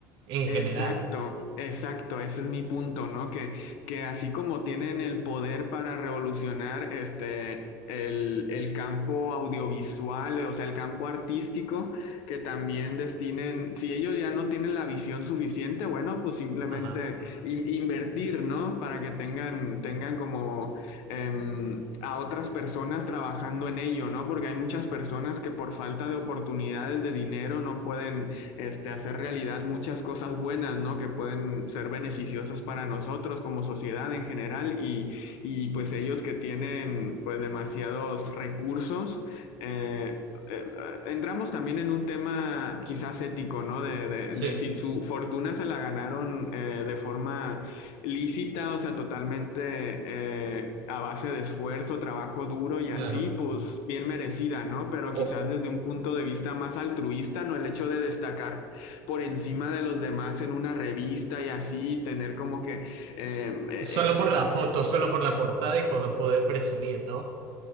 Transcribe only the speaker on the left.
Exacto,
exacto, ese es mi punto, ¿no? Que, que así como tienen el poder para revolucionar este, el, el campo audiovisual, o sea, el campo artístico, que también destinen, si ellos ya no tienen la visión suficiente, bueno, pues simplemente
in- invertir, ¿no? Para que tengan, tengan como em, a otras personas trabajando en ello, ¿no? Porque hay muchas personas que por falta de oportunidades de dinero no pueden este, hacer realidad muchas cosas buenas, ¿no? Que pueden ser beneficiosas para nosotros como sociedad en general y, y pues ellos que tienen pues demasiados recursos. Eh, eh, entramos también en un tema quizás ético,
¿no? De, de,
de si su fortuna se la ganaron eh, de forma lícita, o sea, totalmente eh, a base de esfuerzo, trabajo duro y así,
pues bien merecida, ¿no? Pero quizás
desde un punto de vista más altruista, ¿no? El hecho de destacar por encima de los demás en una revista y así, tener como que eh, eh,